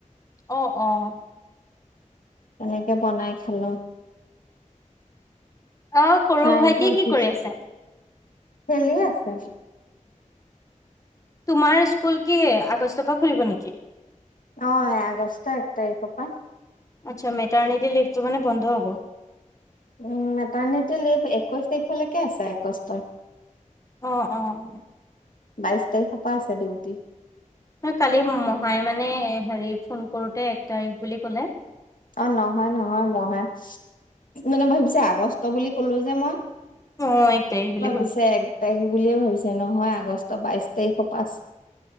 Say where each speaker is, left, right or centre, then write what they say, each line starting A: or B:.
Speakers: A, on the left; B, on the left.
A: অ', অ',
B: তেনেকে বনাই খালো।
A: অ সৰু
B: খাই
A: ভাইটিয়ে
B: বৈ উঠিছো,
A: কি কৰি আছে?
B: খেলি আছে।
A: তোমাৰ স্কুল কি আগষ্টৰ পৰা খুলিব নেকি?
B: অ, আগষ্ট এক তাৰিখৰ পৰা।
A: আচ্ছা মেটাৰ্নিটি লিভ তটো মানে বন্ধ হব।
B: উম, মেটাৰ্নিটি লাইভ একৈশ তাৰিখলৈকে আছে আগষ্টৰ।
A: অ', অ',
B: বাইছ তাৰিখ পা আছে ডিউটি।
A: কালি মহাই মানে হেৰি ফোন কৰোতে এক তাৰিখ বুলি ক'লে।
B: অ, নহয়-নহয় মহাই মানে ভাবিছে আগষ্ট বুলি কলো যে মই।
A: অ এক তাৰিখ বুলি
B: ভাবিছে এক তাৰিখ বুলিয়ে ভাবিছে নহয় আগষ্টৰ বাইশ তাৰিখৰ পাচ